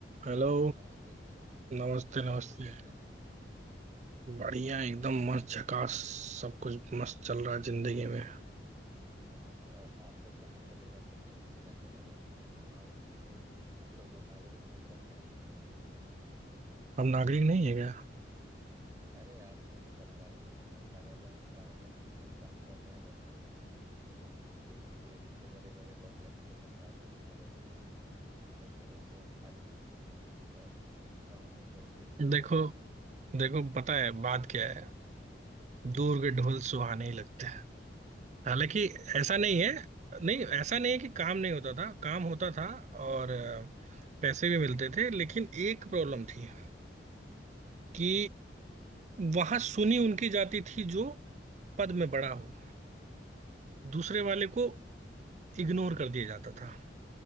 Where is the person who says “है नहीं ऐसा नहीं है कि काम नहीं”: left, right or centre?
Right